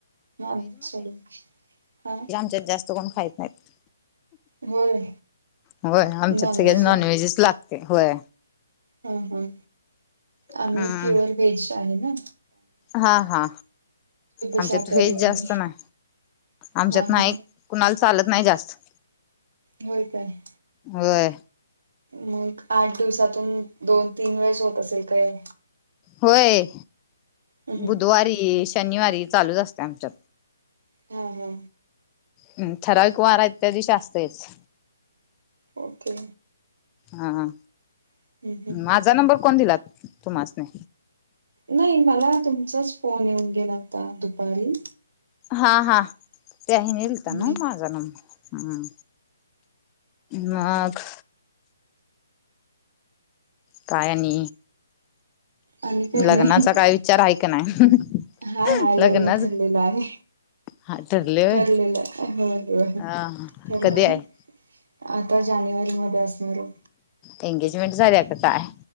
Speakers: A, on the right (about 65°); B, on the left (about 20°).
A: नॉनव्हेज सोडून आ.
B: च्यात जास्त कोण खायत नाहीत.
A: होय
B: होय आमच्यात
A: नॉनव्हेज
B: सगळ्याना नॉनव्हेजच लागते होय.
A: ह ह
B: अम
A: आम्ही प्युअर व्हेज आहे न.
B: हा हा आमच्यात
A: शाकाहारी
B: व्हेज
A: आम्ही
B: जास्त नाय. आमच्यात
A: हा
B: नाही
A: हा
B: कुणाल चालत नाही जास्त.
A: हो काय.
B: होय.
A: मग आठ दिवसातून दोन तीन वेळेस होत असेल कय.
B: होय
A: हम्म.
B: बुधवारी शनिवारी चालूच असतय आमच्यात.
A: ह ह.
B: हम्म ठराविक वार आहेत त्या दिवशी आसतयच.
A: ओके.
B: हा हा
A: हम्म हम्म
B: माझा नंबर कोण दिला तुम्हास्नी?
A: नाही मला तुमचाच फोन येऊन गेला होता दुपारी.
B: हा हा त्याही हेनी
A: हम्म
B: लता ना माझा नम हम्म मग. काय आणि?
A: आणि काय
B: लग्नाचा
A: नाही
B: काय विचार आहे का नाही
A: हाय हाय
B: लग्नाच
A: लग्न ठरलेलं आहे.
B: हा ठरले होय
A: ठरलेल आहे होय होय
B: हा
A: ठरलंय.
B: कधी आहे
A: आता जानेवारी मध्ये असणार ओ.
B: एंगेजमेंट झाल्या का काय?